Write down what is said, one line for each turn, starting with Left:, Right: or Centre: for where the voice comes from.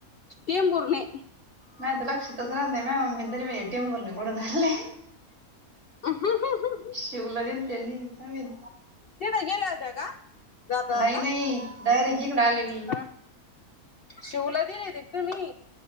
Left: टेम्भूर्णी
Right: माझ्या तर लक्षातच राहत नाय म्या, मम्मी दरवेळी टेंभूर्णीकडून आले
Left: <unintelligible>
Right: शिवला दिलत्या मी, काय माहित?
Left: तेन गेले होतं का जाता
Right: नाही
Left: जाता
Right: नाही डायरेक्ट हिकड आले मी
Left: हा शिवला बी नाय रे तुम्ही